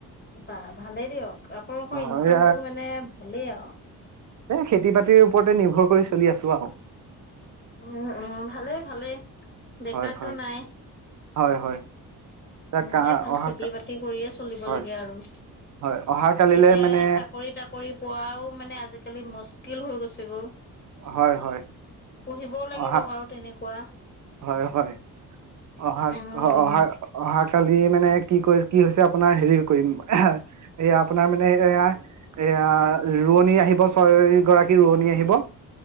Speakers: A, on the left (about 25°); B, on the right (about 50°).
A: বা ভালে দিয়ক আপোনালোকৰ
B: নহয়
A: ইনকামটো মানে। মানে ভালেই আৰু
B: এ খেতি বাতিৰ ওপৰতে নিৰ্ভৰ কৰি চলি আছো আৰু
A: উম উ ভালে ভালে বেকাৰতো
B: হয় হয়
A: নাই।
B: হয় - হয়। তাক
A: এনেকে ভাল
B: অহা
A: খেতি -বাতি কৰি আছো। চলিব
B: হয়
A: লাগে আৰু।
B: হয় অহা কালিলে
A: এতিয়া
B: মানে
A: চাকৰি তাকৰি পোৱাও মানে আজিকালি মষ্ট। কিল গৈছে গৈ।
B: হয় হয়
A: পঢ়িবও লাগিব
B: অহা
A: বাৰু তেনেকুৱা।
B: হয় হয় অহা
A: উম,
B: অ' অহা অহাাকালি মানে কি কৰি কি হৈছে আপোনাৰ হেৰি কৰিম এইয়া আপোনাৰ মানে এয়া -এয়া ৰোৱনী আহিব ছয় গৰাকী ৰোৱনী আহিব।